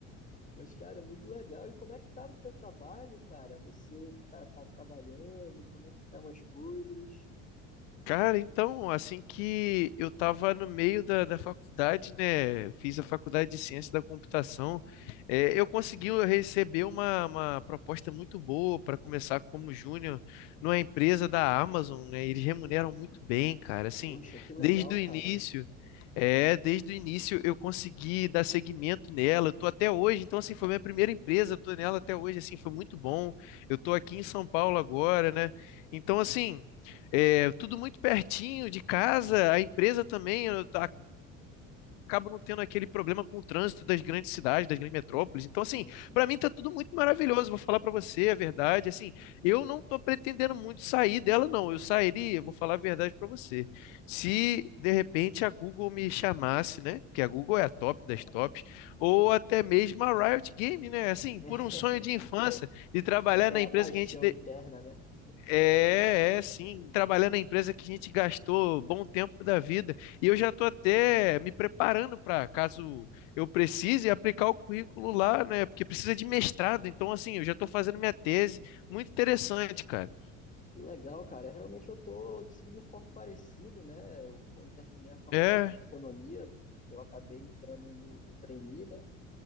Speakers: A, on the left; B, on the left.
A: mas, cara, muito legal. E como é que tá no teu trabalho, cara? Você tá, tá trabalhando? Como é que estão as coisas?
B: Cara, então, assim que eu tava no meio da, da faculdade, né? Fiz a faculdade de ciência da computação, eh, eu consegui receber uma, uma proposta muito boa para começar como júnior numa empresa da Amazon, né? Eles remuneram muito bem, cara. Assim,
A: Poxa, que
B: desde
A: legal,
B: o início,
A: cara.
B: é, desde o início eu consegui dar seguimento nela. Eu tô até hoje, então, assim, foi minha primeira empresa, eu tô nela até hoje, assim, foi muito bom. Eu tô aqui em São Paulo agora, né? Então, assim. É, tudo muito pertinho de casa, a empresa também, eu ta- acabo não tendo aquele problema com o trânsito das grandes cidades, das grandes metrópoles. Então,
A: Sim,
B: assim,
A: sim.
B: para mim tá tudo muito maravilhoso, vou falar para você a verdade, assim, eu não tô pretendendo muito sair dela, não. Eu sairia, vou falar a verdade para você. Se de repente a Google me chamasse, né? Porque a Google é a top das
A: É.
B: tops, ou até mesmo a Riot Games, né? Assim,
A: <laughs>
B: por um sonho de infância, de trabalhar
A: É aquela
B: na empresa
A: paixão
B: que a gente
A: interna, né?
B: é, é, sim, trabalhar na empresa que a gente gastou bom tempo da vida. E eu já estou até me preparando para, caso eu precise, aplicar o currículo lá, né? Porque precisa de mestrado. Então, assim, eu já estou fazendo minha tese. Muito interessante, cara.
A: E o Legal, cara. é Realmente eu tô seguindo um foco parecido, né? Eu, quando eu terminei a faculdade
B: É,
A: de economia, eu acabei entrando no, no trainee, né?